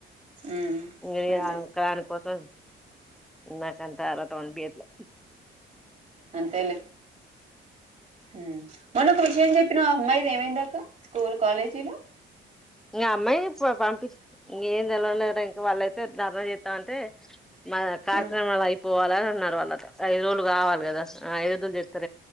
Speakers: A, on the right (about 35°); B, in the centre.
A: ఉమ్
B: ఇంకా
A: అదే
B: ఆడికి పోతాం నాకంత లా
A: అంతెలే ఉ మనం ఒక విషయం చెప్పినవ్ అమ్మాయిది ఏమైంది అక్క స్కూల్ కాలేజీలు
B: ఇం అమ్మాయి పంపిచి ఇగ ఏం తెలువలేదు ఇంకా వాళ్ళ <unintelligible> మ కార్యక్రమాలు
A: ఉమ్
B: అయిపోవాలా వాళ్ళ ఐదు రోజులు కావాలి కదా అయనతో జెప్